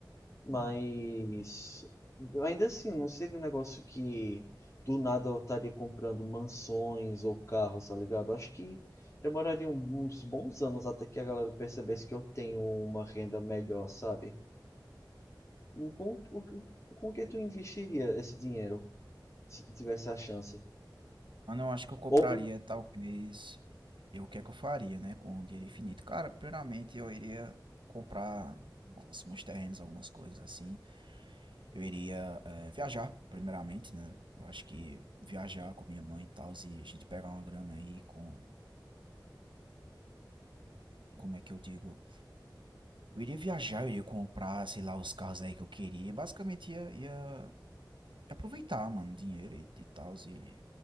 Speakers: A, on the left; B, on the right.
A: Mas
B: É.
A: eu ainda assim, não seria um negócio que do nada eu estaria comprando mansões ou carros, tá ligado? Eu Acho que demoraria um- uns bons anos até que a galera percebesse que eu tenho uma renda melhor, sabe? E Com, o- o- com que tu investiria esse dinheiro, se tu tivesse a chance?
B: Mano, eu acho que eu compraria,
A: Ou,
B: talvez. Eu, o que é que eu faria, né? Com o dinheiro infinito. Cara, primeiramente eu iria comprar alguns, uns terrenos, algumas coisas assim. Eu iria eh, viajar, primeiramente, né? Eu acho que viajar com minha mãe e tal, e a gente pegar uma grana aí com. Como é que eu digo? Eu iria viajar, eu iria comprar, sei lá, os carros aí que eu queria. Basicamente ia, ia aproveitar, mano, o dinheiro e, e tal. E